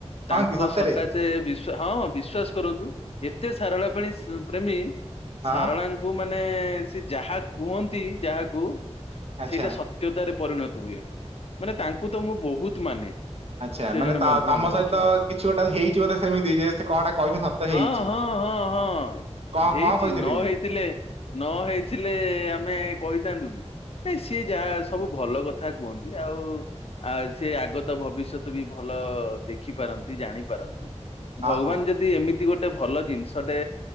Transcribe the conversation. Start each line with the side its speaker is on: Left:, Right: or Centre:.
Left: ତାଙ୍କ
Right: ହଁ କି ସତରେ
Left: ସକାଶେ ବି୍ ହଁ ବିଶ୍ଵାସ କରନ୍ତୁ ଏତେ ସାରଳା ପାଣି ପ୍ରେମୀ
Right: ହଁ
Left: ସାରଳାଙ୍କୁ ମାନେ ସେ ଯାହା କୁହନ୍ତି ଯାହାକୁ
Right: ଆଚ୍ଛା
Left: ସେଇଟା ସତ୍ୟତାରେ ପରିଣତ ହୁଏ ମାନେ ତାଙ୍କୁ ତ ମୁଁ ବହୁତ ମାନେ।
Right: ଆଚ୍ଛା
Left: ସେ
Right: ମାନେ
Left: ଜଣେ
Right: ତ
Left: ବନ୍ଧୁ
Right: ତମ
Left: ଆମର
Right: ସହିତ
Left: ଅଛନ୍ତି।
Right: କିଛି ଗୋଟେ ହେଇଛି ବୋଧେ ସେମିତି ଯେ ସେ କଣଟା କହିନ ସତ
Left: ହଁ
Right: ହେଇଛି।
Left: ହଁ ହଁ ହଁ
Right: କଣ
Left: ହେଇଛି
Right: କଣ କହିଥିଲେ
Left: ନ
Right: କି
Left: ହେଇଥିଲେ ନ ହେଇଥିଲେ ଆମେ କହିଥାନ୍ତୁ। ସିଏ ଯାହା ସବୁ ଭଲ କଥା କୁହନ୍ତି ଆଉ ସି ଆଗତ ଭବିଷ୍ୟତ ବି ଭଲ। ଦେଖିପାରନ୍ତି ଜାଣିପାରନ୍ତି
Right: ହଁ
Left: ଭଗବାନ
Right: ହଁ
Left: ଯଦି ଏମିତି ଗୋଟେ ଗୋଟେ ଭଲ ଜିନିଷଟେ